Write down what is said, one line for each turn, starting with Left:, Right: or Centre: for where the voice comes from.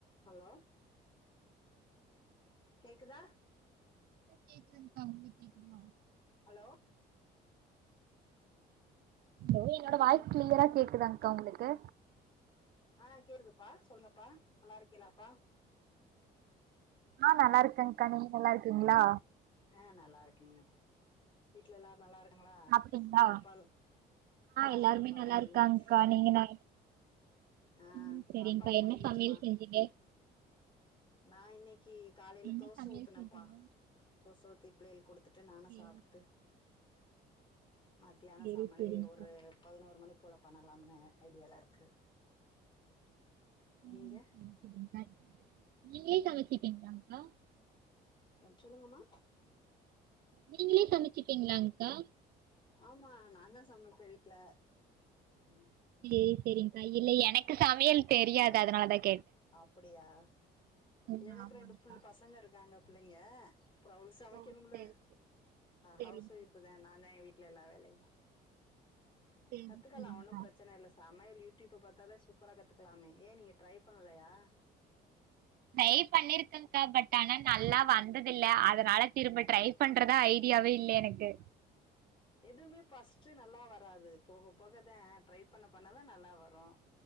Left: hello கேக்குதா
Right: கேக்கு இருக்கா உங்க கேக்குமா <unintelligible>
Left: ஹலோ
Right: என்னோட வாய்ஸ் கிளியரா கேக்குதாக்கா உங்களுக்கு
Left: ஆ கேக்குதுப்பா சொல்லுப்பா நல்லா இருக்கிங்களாப்பா
Right: ஆ நல்லா இருக்கேன்க்கா நீங்க நல்லா இருக்கீங்களா
Left: ஆ நல்லா இருக்கீங்கே வீட்டுலல்லாரும் நல்ல இருக்கு
Right: சாப்ட்டீங்களா
Left: சாப்பா ஆ
Right: எல்லாருமே
Left: சாப்பாடுள்ளாம்
Right: நல்லா
Left: முடிச்சிருச்சி
Right: இருக்காங்க்கா நீங்க ந
Left: ஆ
Right: ம் சரிங்க்கா
Left: சாப்பாடு
Right: என்ன
Left: முடிஞ்சிச்சுமா
Right: சமையல் செஞ்சீங்க
Left: நான் இன்னைக்கி காலையில
Right: என்ன
Left: தோசை
Right: சமையல்
Left: ஊத்தினேன்ப்பா
Right: செஞ்சீங்க
Left: தோசை ஊத்தி புள்ளேயலுக்கு கொடுத்துட்டு நானு
Right: சேரி
Left: சாப்பு மத்தியான
Right: சேரி
Left: சமையல்
Right: சேரிங்க்கா
Left: ஒரு பதினோரு மணி போல பண்ணலாம்னு ஐடியாலா இருக்கு
Right: <unintelligible>
Left: நீங்க உம் சொல்லுங்கம்மா
Right: நீங்களே சமைச்சிப்பீங்களா அக்கா
Left: ஆமா நான் தான் சமைப்பேன் வீட்டுல ம்
Right: சேரி சேரிக்கா இல்ல எனக்கு சமையல் தெரியாது அதனாலதான்
Left: அப்டியா
Right: ம்
Left: எனக்கு
Right: ஆமாங்க்கா
Left: ரெண்டு புள்ள பசங்க இருக்காங்க பிள்ளைங்க அப்புற அவங்களுக்கு சமைக்கனும்ல
Right: ஓ சேரி சேரி
Left: கவுஸ்
Right: சேரி
Left: ஓய்ஷ நான் தான் வீட்டுல எல்லாம் வேலையையும்
Right: சேரி
Left: கத்துக்கலாம்
Right: சேரிங்க்கா
Left: ஒன்னும் பிரச்சனை இல்லை சமையல் யூடியூப் பார்த்தாதே சூப்பரா கத்துக்கலாமே ஏன் நீங்க ட்ரை பண்ணலையா
Right: பிரைப் பண் பண்ணிருக்கேகா பட் ஆனா நல்லா வந்ததில் அதனால திரும்ப ட்ரை பண்றதா ஐடியாவே இல்ல எனக்கு
Left: எதுவுமே ஃப்ஸ்ட் நல்லா வராது போக போகதான் ட்ரை பண்ண பண்ணாதான் நல்லா வரும்